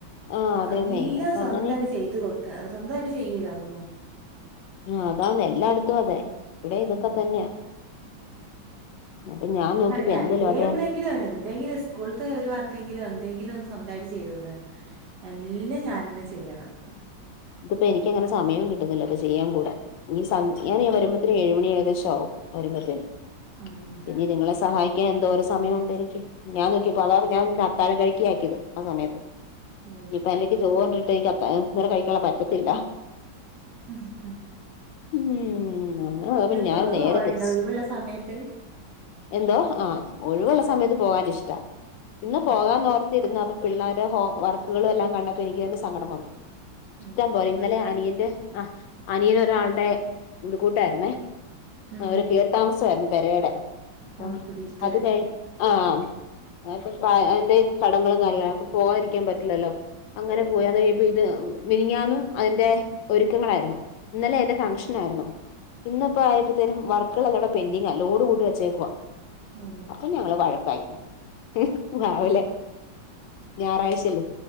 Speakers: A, on the left; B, on the right.
A: ആഹ് അതന്നെ
B: എല്ലാം
A: അപ്പൊ
B: സ്വന്തമായിട്ട്
A: അങ്ങനെ
B: ചെയ്ത് കൊടുക്ക സ്വന്തമായിട്ട് ചെയ്യൂല ഒന്നും
A: ആഹ് അതാന്ന എല്ലായിടത്തും അതെ
B: ഉം
A: ഇവിടെ ഇതൊക്കെ
B: ഉം
A: തന്നെയാ അപ്പൊ
B: ഞാൻ
A: നോക്കിപ്പോ
B: പറയട്ടെ ടൈംടേബിൾ
A: എന്തേലും ആട്ടെ
B: എങ്കിലും എന്തെങ്കിലും സ്കൂളത്തെ ഒരു വർക്കെങ്കിലും എന്തെങ്കില ഒന്ന് സ്വന്തമായിട്ട് ചെയ്തൂടെ എല്ലാം ഞാൻ തന്നെ ചെയ്യണം
A: ഇത്പ്പെനിക്കങ്ങനെ സമയവും കിട്ടുന്നില്ല ഇപ്പൊ ചെയ്യാ കൂടെ ഇ സന്ധ്യ ഞാന് വരുമ്പത്തേന് ഏഴുമണി ഏകദേശാവും വരുമ്പോത്തേന്
B: ആഹ് അതാണ്ല്ലേ.
A: പിന്നെ ഇത്ങ്ങളെ സഹായിക്കാനെന്തോരോ സമയണ്ടെനിക്ക് ഞാൻ
B: ഉം
A: നോക്കിയപ്പോ അതാണ് ഞാൻ <unintelligible> കഴിക്കിയാക്കിയത് ആ സമയത്ത്
B: ഉം
A: ഇപ്പൊ അനിയത്തി ചോറ്ണ്ടിട്ടെനിക്ക് അത്താഴ കഴിക്കാതെനിക്ക് പറ്റത്തില്ല
B: മം മം
A: ഇംമ് അങ്ങനോര്
B: ട്രിപ്പൊക്കെ
A: ഞാനാണേ നേരെ
B: പോവലുണ്ടോ
A: തിരിച്ച്
B: ഒഴിവുള്ള സമയത്ത്?
A: എന്തോ? ആ ഒഴിവുള്ള സമയത്ത് പോവാനിഷ്ട ഇന്ന് പോവാന്നോർ
B: ഉം
A: ത്തിരുന്ന അപ്പോ പിള്ളേരുടെ ഹോം വർക്കുകളും എല്ലാം കണ്ടപ്പോ എനിക്ക് തന്നെ സങ്കടം വന്നു ഇഷ്ടം
B: ഉം
A: പോല ഇന്നലെ
B: മഴയാണ്.
A: അനിയന്റെ ആ അനിയനൊരാള്ടെ കൂട്ടായിര്ന്നേ
B: ഉം
A: ആ അവരു കേറി താമസമായിരുന്നു പെരേയ്ടെ അപ്പം
B: ആഹ് കുടിയിരിക്കല്.
A: അത് കഴിഞ്ഞ് ആഹ് അപ്പൊ അയിന്റെ
B: ഉം
A: ചടങ്ങുകളും കാര്യങ്ങളു അപ്പൊ പോവാാതിരിക്കാൻ പറ്റില്ല ല്ലോ അങ്ങനെ പോയി അത് ഇത് മിനിഞ്ഞാന്നും അതിന്റെ ഒരുക്കങ്ങളായിരുന്നു ഇന്നലെ അയിന്റെ ഫംഗ്ഷനായിരുന്നു ഇന്ന്പ്പോ ആയപ്പോത്തേനും വർക്കുകളെല്ലാ കൂടെ പെൻഡിങ്ങാ ലോഡ് കൂട്ടി വെച്ചേക്കുവാ
B: ഓഹ്
A: അപ്പൊ ഞങ്ങള് വഴക്കായി ഉം രാവിലെ ഞായറാഴ്ചയല്ലേ?